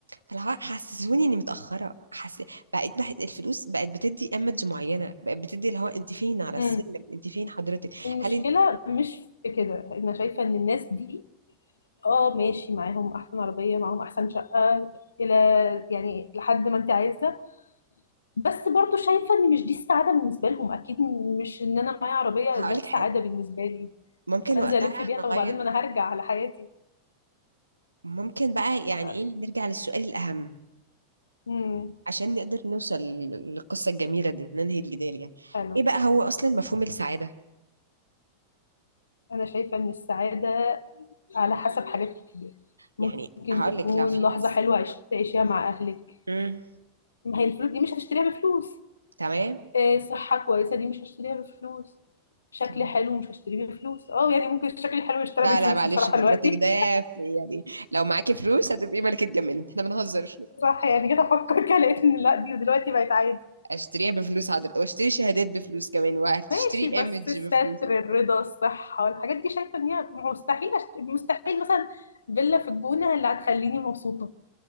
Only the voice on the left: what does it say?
مم.
المشكلة
مش في كده أنا شايفة إن الناس دي اه ماشي معاهم أحسن عربية معاهم أحسن شقة إلى يعني لحد ما أنت عايزة بس برضو شايفة إن مش دي السعادة بالنسبة لهم أكيد مش إن أنا معايا عربية
ده
السعادة
بالنسبة لي
هنزل
ألف بيها
طب وبعدين ما
أنا هرجع على حياتي
مش عارفة
مم.
حلو
أنا شايفة إن السعادة على حسب حاجات كتير ممكن
تكون
لحظة
حلوة عش- تعيشيها مع أهلك
ما هي الفلوس دي مش هتشتريها بفلوس
آه، صحة كويسة دي مش هشتريها بفلوس شكل
حلو مش هشتريه بفلوس اه يعني ممكن الشكل الحلو يشترى
بالفلوس
بصراحة
دلوقتي
<laughs> صح يعني جيت أفكر كده لقيت إن لا دي دلوقتي بقت عادي
ماشي بس
الستر
الرضا الصحة الحاجات دي شايفة إن هي مستحيل أشت... مستحيل مثلا فيلا في الجونة اللي هتخليني مبسوطة